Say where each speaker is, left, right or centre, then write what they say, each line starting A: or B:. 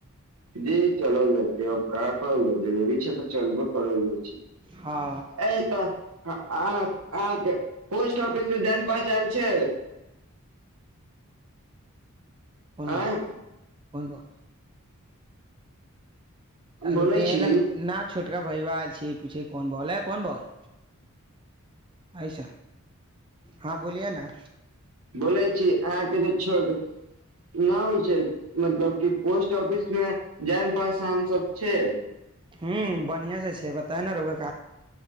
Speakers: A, on the right (about 80°); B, on the right (about 20°).
A: जी चलल जातै अब कहाँ करल जा जरूरी छै तऽ चलबे करल जाइ छै।
B: हँ
A: तऽह अहाँके पोस्ट ऑफिस। धान पा चल छै।
B: कोन बो
A: आय
B: कोन बल। आ
A: बोलै
B: रुक
A: छी
B: ल न छोट। भल छूनन बल ऐस हँ बोलिे ने।
A: बोलै छी अहाँके जे। छो नहि होइ छै मतलब कि पोस्ट ऑफिस मे जान पहचान सब छै।
B: ह बढ़ियां से छै बताय ने रोया।